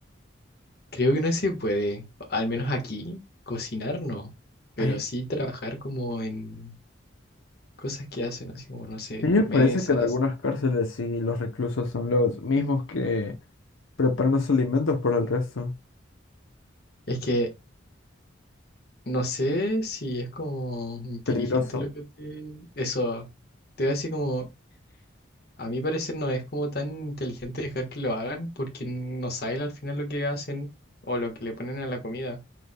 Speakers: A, on the left; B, on the left.
A: Creo que no se puede, al menos aquí, cocinar no, pero
B: A mí
A: sí trabajar como en cosas que hacen, así como, no sé,
B: a mí me parece
A: mesas.
B: que en algunas cárceles sí los reclusos son los mismos que preparan los alimentos para el resto.
A: Es que no sé si es como inteligente
B: Peligroso.
A: lo que te... Eso, te voy a decir como, a mi parecer no es como tan inteligente dejar que lo hagan porque no sabes al final lo que hacen o lo que le ponen a la comida,